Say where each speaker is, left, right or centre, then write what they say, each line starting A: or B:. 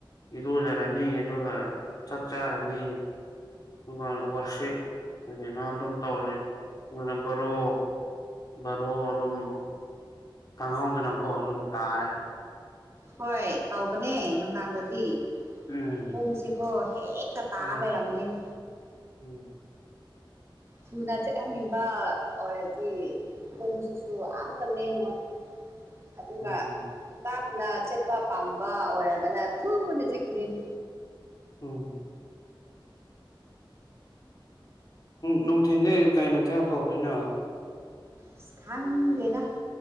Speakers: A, on the left; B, on the right.
A: ꯏꯔꯨꯖꯔꯅꯤ ꯑꯗꯨꯒ ꯆꯥꯛ ꯆꯥꯔꯅꯤ ꯑꯗꯨꯒ ꯋꯥꯔꯁꯤꯞ ꯑꯗꯨꯅ ꯑꯗꯨꯝ ꯇꯧꯅꯤ ꯑꯗꯨꯒ ꯕꯔꯣ ꯕꯔꯣ ꯑꯗꯨꯝ ꯈꯪꯍꯧꯗꯅꯀꯣ ꯑꯗꯨꯝ ꯇꯥꯔꯦ
B: ꯍꯣꯏ ꯇꯧꯕꯅꯦ ꯅꯨꯡꯗꯥꯡꯗꯗꯤ
A: ꯎꯝ
B: ꯄꯨꯡꯁꯤꯀꯣ ꯍꯦꯛꯇ ꯇꯥꯔ
A: ꯎꯝ
B: ꯂꯩꯔꯝꯗꯣꯏꯅꯦ
A: ꯎꯝ
B: ꯊꯨꯅ ꯆꯠꯍꯟꯅꯤꯡꯕ ꯑꯣꯏꯔꯗꯤ ꯈꯣꯡꯁꯤꯁꯨ ꯑꯃꯇ ꯂꯦꯉꯣꯏ ꯑꯗꯨꯒ
A: ꯎꯝ
B: ꯇꯥꯞꯅ ꯆꯠꯄ ꯄꯥꯝꯕ ꯑꯣꯏꯔꯒꯅ ꯊꯨꯅ ꯆꯠꯈꯤꯗꯣꯏꯅꯤ
A: ꯑꯣꯝ ꯅꯨꯡꯊꯤꯟꯁꯦ ꯀꯩ ꯃ ꯊꯦꯛ ꯇꯧꯗꯣꯏꯅꯣ
B: ꯏꯁ ꯈꯥꯟꯗꯦꯗ